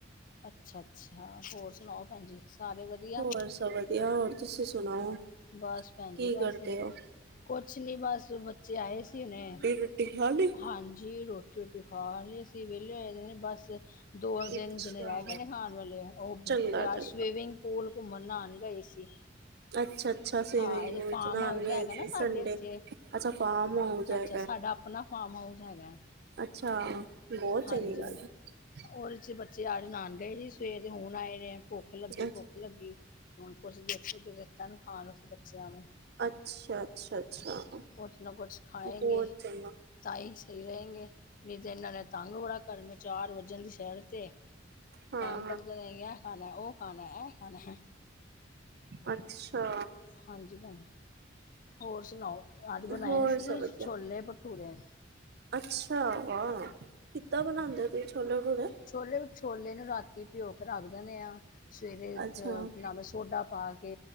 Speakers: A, on the left (about 45°); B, on the right (about 60°).
A: ਅੱਛਾ ਅੱਛਾ ਹੋਰ ਸੁਣਾਓ ਭੈਣ ਜੀ। ਸਾਰੇ ਵਧੀਆ
B: ਹੋਰ ਸਭ ਵਧੀਆ ਹੋਰ ਤੁਸੀ - ਸੁਣਾਓ
A: ਬਸ ਭੈਣ
B: ਕੀ
A: ਜੀ ਬਸ
B: ਕਰਦੇ ਓ?
A: ਕੁਛ ਨੀ ਬਸ ਬੱਚੇ ਆਏ ਸੀ ਉਹਨੇ
B: ਰੋਟੀ ਖਾ ਲਈ
A: ਹਾਂਜੀ ਰੋਟੀ - ਰੁੱਟੀ ਖਾਲੀ। ਵਿਹਲੇ ਹੋਏ ਨੇ ਬਸ ਦੋ ਤਿੰਨ
B: ਅੱਛਾ
A: ਦਿਨ ਰਹਿ ਗਏ ਨੇ ਖਾਣ ਵਾਲੇ ਉਹ
B: ਚੰਗਾ
A: ਕਿਤੇ
B: ਚੰਗਾ
A: ਸਵੀਮਿੰਗ ਪੂਲ- ਘੁੰਮਣ ਲਾਨ ਗਏ ਸੀ।
B: ਅੱਛਾ - ਅੱਛਾ ਸਵਿਮਿੰਗ
A: ਹਾਂ ਇਹਦੇ
B: ਪੂਲ
A: ਫਾਰਮ
B: ਚ ਨਹਾਣ
A: ਹਾਊਸ
B: ਗਏ
A: ਹੈਗਾ ਨਾ
B: ਸੀ
A: ਸਾਡੇ
B: ਸੰਡੇ,
A: ਇੱਥੇ
B: ਅੱਛਾ ਫਾਰਮ ਹਾਊਸ ਐ।
A: ਅੱਛਾ ਸਾਡਾ ਆਪਣਾ ਫਾਰਮ ਹਾਊਸ ਹੈਗਾ।
B: ਅੱਛਾ ਬਹੁਤ
A: ਹਾਂਜੀ
B: ਚੰਗੀ ਗੱਲ ਐ।
A: ਉਹਦੇ ਚ ਅੱਜ ਨਹਾਣ ਗਏ ਸੀ, ਸਵੇਰ ਦੇ ਹੁਣ ਆਏ ਨੇ ਭੁੱਖ ਲੱਗੀ
B: ਐ।
A: ਭੁੱਖ ਲੱਗੀ ਹੁਣ ਕੁਛ ਦੇ- ਤਾ ਨੂੰ ਖਾਣ ਵਾਸਤੇ ਬੱਚਿਆ ਨੂੰ।
B: ਅੱਛਾ ਅੱਛਾ ਅੱਛਾ
A: ਕੁਛ ਨਾ ਕੁਛ ਖਾਏਂਗੇ
B: ਹੋਰ ਚੰਗਾ।
A: ਤਾਂਹੀ ਸਹੀ ਰਹਿਗੇ ਵੀ ਤਾ ਨਾਲੇ ਤੰਗ ਬੜਾ ਕਰਨੇ ਚਾਰ ਵੱਜਣ ਦੀ ਸੈਰ ਤੇ -
B: ਹਾਂ-ਹਾਂ
A: ਤਾ ਕਢਦੇ ਨੇ ਇਹ ਖਾਣਾ ਉਹ ਖਾਣਾ ਉਹ ਖਾਣੇ।
B: ਅੱਛਾ
A: ਹਾਂਜੀ ਭੈਣਜੀ। ਹੋਰ ਸੁਣਾਓ ਅੱਜ ਬਣਾਏ
B: ਹੋਰ
A: ਸੀ
B: ਸਭ ਵਧੀਆ।
A: ਛੋਲੇ ਭਠੂਰੇ।
B: ਅੱਛਾ ਆਂ ਕਿੱਦਾਂ ਬਣਾਉਂਦੇ ਤੁਸੀ ਛੋਲੇ ਭਟੂਰੇ?
A: ਛੋਲੇ ਛੋਲੇ ਨੂੰ ਰਾਤੀ ਪਿਓ ਕੇ ਰੱਖ ਦਿੰਦੇ ਆ - ਸਵੇਰੇ ਅਹ
B: ਅੱਛਾ।
A: ਨਮਕ ਸੋਡਾ ਪਾ ਕੇ